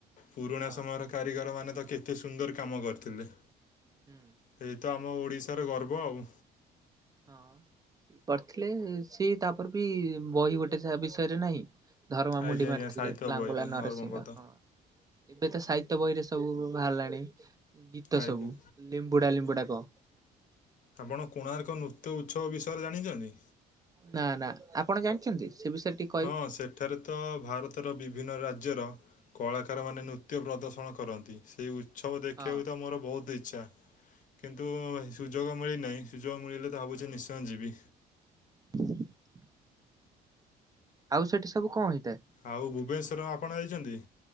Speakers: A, on the left (about 50°); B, on the right (about 20°).
A: ପୁରୁଣା
B: ହଁ
A: ସମୟ ର କାରିଗର ମାନେ ତ କେତେ ସୁନ୍ଦର କାମ କରିଥିଲେ।
B: ହୁଁ।
A: ସେଇ ତ ଆମ ଓଡ଼ିଶାର ଗର୍ବ ଆଉ।
B: ହଁ। କରିଥିଲେ, ସିଏ ତାପରେ ବି ବହି ଗୋଟେ ଯାହା ବିଷୟରେ ନାହିଁ। ତାର ମା ମୁଣ୍ଡି
A: ଆଜ୍ଞା
B: ମାରିଥିଲେ
A: ଆଜ୍ଞା ସାହିତ୍ୟ
B: ଲାଙ୍ଗୁଳା
A: ବହିରେ
B: ନରସିଂହ।
A: ଧର୍ମପଦ
B: ହଁ। ଏବେ ତ ସାହିତ୍ୟ ବହିରେ ସବୁ ବାହାରିଲାଣି ଗୀତ
A: ଆଜ୍ଞା।
B: ସବୁ। ଲିମ୍ବୁଡା ଲିମ୍ବୁଡା କ
A: ଆପଣ କୋଣାର୍କ ନୃତ୍ୟ ଉତ୍ସବ ବିଷୟରେ ଜାଣିଛନ୍ତି?
B: ନା ନା ଆପଣ ଜାଣିଛନ୍ତି? ସେ ବିଷୟରେ ଟି
A: ହଁ ସେଠାରେ ତ ଭାରତର ବିଭିନ୍ନ ରାଜ୍ୟର କଳାକାର ମାନେ ନୃତ୍ୟ ପ୍ରଦର୍ଶନ କରନ୍ତି। ସେଇ ଉ ଉତ୍ସବ ଦେଖିବାକୁ
B: ହଁ
A: ତ ମୋର ବହୁତ ଇଚ୍ଛା। କିନ୍ତୁ ସୁଯୋଗ ମିଳିନାହିଁ। ସୁଯୋଗ ମିଳିଲେ ତ ଭାବୁଛି ନିଶ୍ଚୟ ଯିବି।
B: <inaudible> ଆଉ ସେଠି ସବୁ କଣ ହେଇଥାଏ?
A: ଆଉ ଭୁବନେଶ୍ବର ଆପଣ ଯାଇଛନ୍ତି?